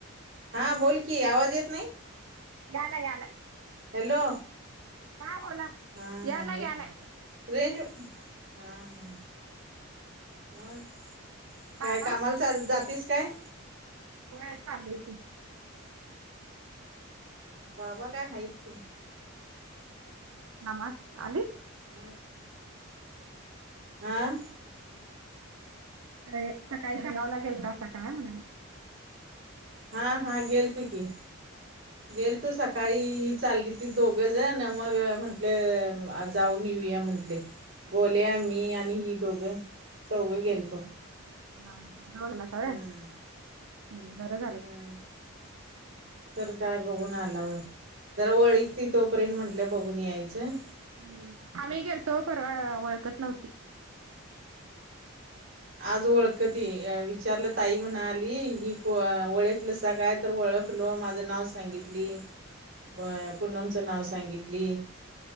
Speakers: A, on the right; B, on the right.
A: हा बोल की आवाज येत नाही.
B: याल याल
A: हॅलो.....
B: का बोला
A: हा
B: याला
A: हा
B: याला
A: ये रेंज हा हा मग काय
B: बाबा
A: कामाला चल जातीस काय
B: होय चाललोय की
A: वावा काय हाईट की
B: नमास आली
A: मग... आ...
B: अरे सकाळी शेळगावला गेलात काय म्हणालेव
A: हा हा गेलतो की
B: म्हणाले
A: गेलतो सकाळी चालली ती दोघ जण न मग म्हंटल आज जाऊन येऊया म्हंटले बोल्या मी आणि ही दोघं चौघं गेलतो
B: गेलता हा हा दडलासा
A: हम्म
B: होय बरं झालं
A: हम्म तर काय बघून आलाव जरा वळीकती तोपर्यंत म्हंटलं बघून यायचं.
B: ह आम्ही गेलतो परवा ओळखत नव्हती.
A: आज ओळखती विचारलं ताई म्हणाली ही को ओळखलंसा काय तर ओळखलो माझं नाव सांगितली
B: <inaudible>
A: होय पुनम च नाव सांगितली